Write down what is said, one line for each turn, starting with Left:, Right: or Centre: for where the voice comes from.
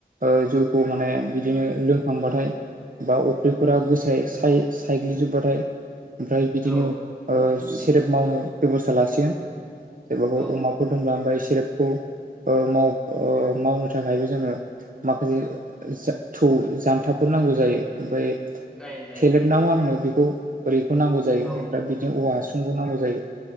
Right: ओ जौखौ माने बिदिनो लोंखांबाथाय बा अफ्रिफोरा गोसाय साय सायग्लिजोब्बाथाय ओमफ्राय बिदिनो
Centre: औ
Right: ओ सेरेप मावनो बेबस्था लासिगोन जेबाबो
Centre: औ
Right: अमाफोर दंब्ला ओमफ्राय सेरेपखौ ओ माव मावनो थाखायबो जोङो माखासे थौ जान्थाफोर नांगौ जायो ओमफ्राय
Centre: जायो जायो
Right: थेलेबना मा होनो बेखौ ओरैखौ नांगौ जायो
Centre: औ
Right: ओमफ्राय बिदिनो औवा हासुंखौ नांगौ जायो